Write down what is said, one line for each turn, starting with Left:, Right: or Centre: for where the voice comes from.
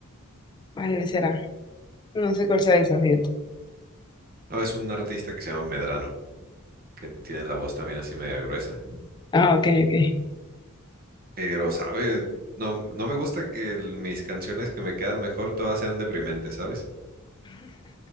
Left: ¿Cuál será? No sé cuál sea esa, fíjate.
Right: No, es un artista que se llama Medrano, que tiene la voz también así media gruesa.
Left: Ah, ok, ok.
Right: Pero, ¿sabes? No, no me gusta que el- mis canciones que me quedan mejor todas sean deprimentes, ¿sabes?